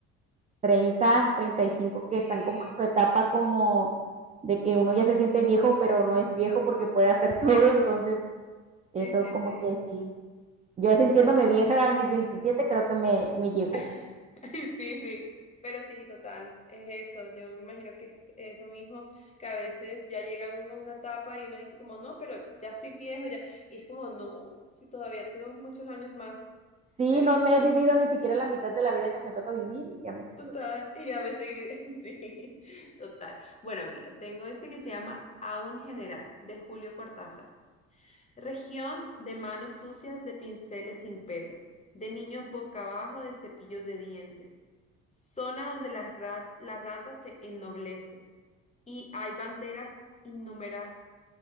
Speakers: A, on the right; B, on the left.
A: treinta, treinta y cinco
B: sí.
A: que están como en su etapa como de que uno ya se siente viejo, pero no es viejo porque puede hacer <laughs> todo, entonces
B: Sí,
A: eso
B: sí,
A: como
B: sí.
A: que sí, yo sintiéndome vieja a mis 27, creo que me, me llegó.
B: <laughs> Sí, sí, pero sí, total, es eso. Yo me imagino que es eso mismo, que a veces ya llega uno a una etapa y uno dice como, no, pero ya estoy viejo, ya. Y es como, no, si todavía tenemos muchos años más,
A: Sí,
B: pero
A: no
B: sí,
A: me he vivido ni siquiera la mitad de la vida que me toca vivir y ya me siento
B: total.
A: vieja.
B: Y ya me estoy, <laughs> sí, total. Bueno, mira, tengo este que se llama A un general, de Julio Cortázar. Región de manos sucias de pinceles sin pelo, de niños boca abajo de cepillos de dientes. Zona donde la, ra- la rata se ennoblece y hay banderas innumera-